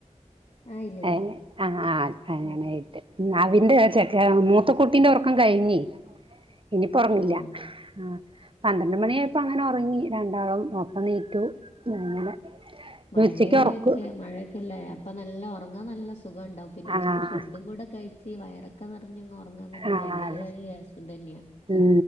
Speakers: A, on the left; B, on the right.
A: ആഹ് ഇല്ല ഇല്ല
B: ഏഹ് ആഹ് ആ അങ്ങനായിട്ട്
A: ഉം
B: അതിന്റെ ചെക്കൻ
A: ഉം
B: മൂത്തകു ട്ടീന്റെ ഒറക്കം കഴിഞ്ഞി ഇനീപ്പ ഒറങ്ങില്ല്യാ
A: ആഹ്
B: ആഹ്. പന്ത്രണ്ട് മണിയായപ്പോ അങ്ങനെ ഒറങ്ങി രണ്ടാളും ഒർക്കം എനീറ്റു അങ്ങനെ.
A: മഴയല്ലേ
B: ഉച്ചക്ക് ഉറക്കു
A: ഒക്കെ മഴയൊക്കെല്ലേ അപ്പൊ നല്ല ഒറങ്ങാൻ നല്ല സുഖം ഇണ്ടാവും. പിന്നെ ഉച്ചയ്ക്ക്
B: ആഹ്
A: ഫുഡും കൂടെ കഴിച്ച് വയറൊക്കെ നിറഞ്ഞങ്ങ് ഉറങ്ങാന്ന് പറഞ്ഞാ
B: ആഹ്
A: ഭയങ്കര
B: അത്
A: ര് രസം തന്നെയാ.
B: ഉം